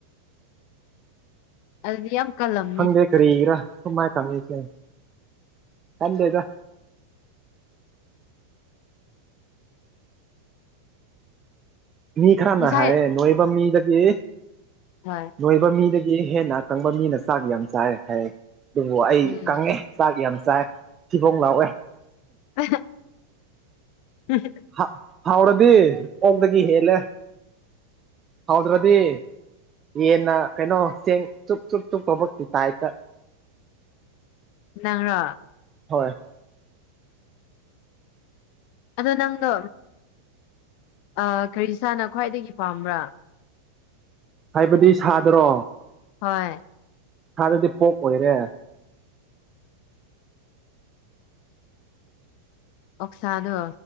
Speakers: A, on the left (about 45°); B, on the right (about 25°).
A: ꯑꯗꯨꯗꯤ ꯌꯥꯝ ꯀꯜꯂꯝ
B: ꯈꯪꯗꯦ ꯀꯔꯤꯒꯤꯔꯥ ꯁꯨꯃꯥꯏꯅ ꯀꯪꯉꯤꯁꯦ ꯈꯟꯗꯦꯗ ꯃꯤ ꯈꯔꯅ
A: ꯉꯁꯥꯏ
B: ꯍꯥꯏꯌꯦ ꯅꯣꯏꯕ ꯃꯤꯗꯗꯤ
A: ꯍꯣꯏ
B: ꯅꯣꯏꯕ ꯃꯤꯗꯒꯤ ꯍꯦꯟꯅ ꯀꯪꯕ ꯃꯤꯅ ꯆꯥꯛ ꯌꯥꯝ ꯆꯥꯏ ꯍꯥꯏ ꯑꯗꯨꯕꯨ ꯑꯩ
A: ꯎꯝ
B: ꯀꯪꯉꯦ ꯆꯥꯛ ꯌꯥꯝ ꯆꯥꯏ ꯊꯤꯕꯣꯡ ꯂꯥꯎꯋꯦ
A: <unintelligible> <unintelligible>
B: ꯍꯥ ꯍꯥꯎꯔꯗꯤ ꯑꯣꯛꯗꯒꯤ ꯍꯦꯜꯂꯦ ꯍꯥꯎꯗ꯭ꯔꯗꯤ ꯌꯦꯟꯅ ꯀꯩꯅꯣ ꯆꯦꯡ ꯇꯨꯞ ꯇꯨꯞ ꯇꯨꯞ ꯇꯧꯕꯒꯤ ꯇꯥꯏꯞ ꯇ
A: <inaudible> ꯅꯪꯔꯣ
B: ꯍꯣꯏ
A: ꯑꯗꯣ ꯅꯪꯗꯣ ꯑ ꯀ꯭ꯔꯤꯁꯥꯅ ꯈ꯭ꯋꯥꯏꯗꯒꯤ ꯄꯥꯝꯕ꯭ꯔꯥ
B: ꯍꯥꯏꯕꯗꯤ ꯁꯥꯗ꯭ꯔꯣ
A: ꯍꯣꯏ
B: ꯁꯥꯗꯗꯤ ꯄꯣꯛ ꯑꯣꯏꯔꯦ
A: ꯑꯣꯛ ꯁꯥꯥꯗꯨ